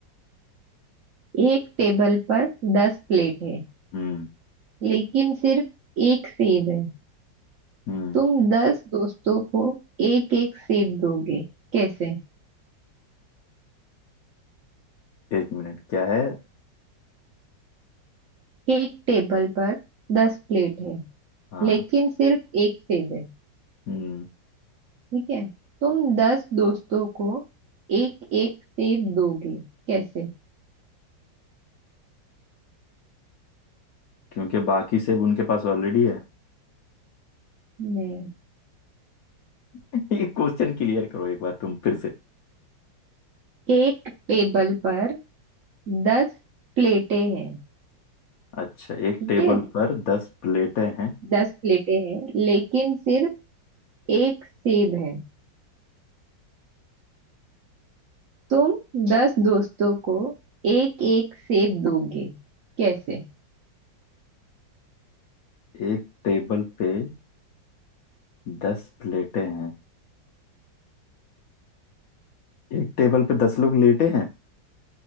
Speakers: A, on the right (about 60°); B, on the left (about 60°).
A: एक टेबल पर दस प्लेट है
B: हम्म
A: लेकिन सिर्फ एक सेब है
B: हम्म
A: तुम दस दोस्तों को एक एक सेब दोगे कैसे
B: एक मिनट क्या है
A: एक टेबल पर दस प्लेट है
B: हाँ
A: लेकिन सिर्फ एक सेब है
B: हम्म
A: ठीक है तुम दस दोस्तों को एक एक सेब दोगे कैसे
B: क्योंकि बाकी सब उनके पास ऑलरेडी है
A: नहीं
B: <laughs> ये क्वेश्चन क्लियर करो एक बार तुम फिर से
A: एक टेबल पर दस प्लेटें हैं
B: अच्छा एक
A: ठीक
B: टेबल
A: है
B: पर दस प्लेटें हैं
A: दस प्लेटें हैं लेकिन सिर्फ एक सेब है तुम दस दोस्तों को एक एक सेब दोगे कैसे
B: एक टेबल पे दस प्लेटें हैं एक टेबल पे दस लोग लेटे हैं